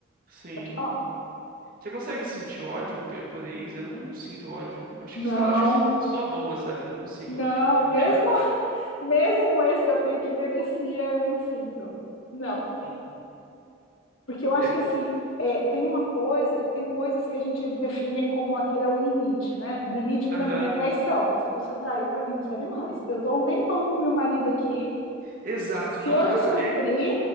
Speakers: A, on the right; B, on the left.
A: sim.
B: Pode falar.
A: Você consegue sentir ódio pe- por ex? Eu não, não sinto ódio. Acho
B: Não,
A: que, sei lá, acho que sou uma pessoa boa, sabe? Eu não consigo
B: não,
A: odiar.
B: mesmo <laughs> mesmo um ex que eu tenho que merecia, eu não sinto. Não.
A: Hum.
B: Porque eu acho
A: É-
B: que assim, é, tem uma coisa, tem coisas que a gente define como aquele é o limite, né? Limite para
A: aham.
B: mim é traição. Se a pessoa traiu, para mim não serve mais. Eu tô há um tempão com meu marido aqui.
A: Exato,
B: Se
A: não
B: eu
A: dá.
B: descobrir,